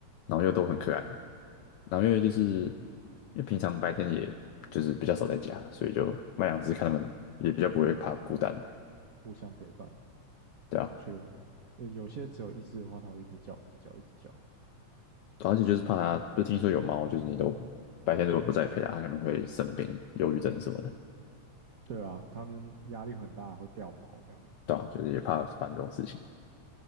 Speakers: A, on the left; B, on the right.
A: 然后又都很可爱，然后因为就是因为平常白天也就是比较少在家，所以就买两只看他们也比较不会怕孤单，
B: 哦，互相陪伴，
A: 对啊，
B: 的确，呃，有些只有一只的话，它会一直叫，一直叫，一直叫。
A: 而且就是怕它，就听说有猫，就是你都白天如果不在陪它，它可能会生病、忧郁症什么的，
B: 对啊，它们压力很大，会掉毛这样。
A: 对啊，就是也怕烦这种事情，